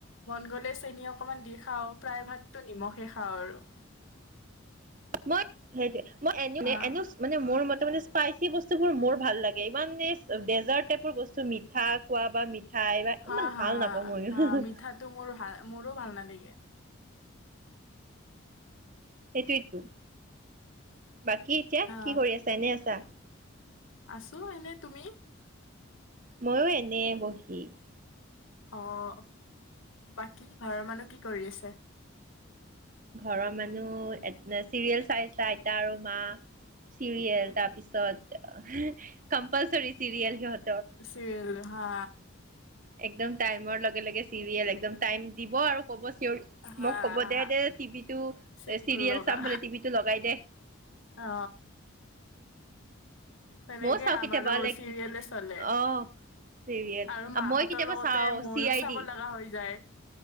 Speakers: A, on the left (about 75°); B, on the right (about 40°).
A: মন গ'লে চেনি অকমান দি খাও, প্ৰায় ভাগতো নিমখে খাও আৰু।
B: মই সেইটোৱে। মই <unintelligible>
A: হা
B: মানে, মোৰ মত ত', মানে, স্পাইচি বস্তুবোৰ মোৰ ভাল লাগে ইমান, এই ডেজাৰ্ট টাইপৰ বস্তু মিঠা খোৱা বা মিঠাই,
A: হা
B: ইমান
A: হা
B: ভাল নাপাও, মইও
A: হা মিঠাটো মোৰ ভাল মোৰো ভাল নালাগে
B: সেইটোৱেই তো বাকী, এতিয়া
A: হা
B: কি কৰি আছা, এনে আছা
A: আছো এনে, তুমি?
B: মইয়ো এনে বহি
A: অ', বাকী ঘৰৰ মানুহ কি কৰি আছে?
B: ঘৰৰ মানুহ চিৰিয়েল চাইছে, আইতা আৰু মা চিৰিয়েল, তাৰপিছত কম্পালচৰী চিৰিয়েল, সিহঁ
A: চিৰিয়েল হা
B: একদম টাইমৰ লগে-লগে চিৰিয়েল, একদম টাইম দিব, আৰু ক'ব
A: হা
B: মোক ক'ব, দে,
A: হা
B: দে টিভিটো,
A: চি
B: চিৰিয়েল
A: লগা
B: চাবলৈ, টিভিটো লগাই দে
A: অ তেনেকে,
B: ময়ও চাওঁ
A: আমাৰো
B: কেতিয়াবা লাইক
A: চিৰিয়েলে চলে,
B: আহ চিৰিয়েল
A: আৰু মাহঁতৰ
B: মই কেতিয়াবা
A: লগতে
B: চাও
A: ময়ো
B: চি আই
A: চাব
B: ডি
A: লগা হৈ যায়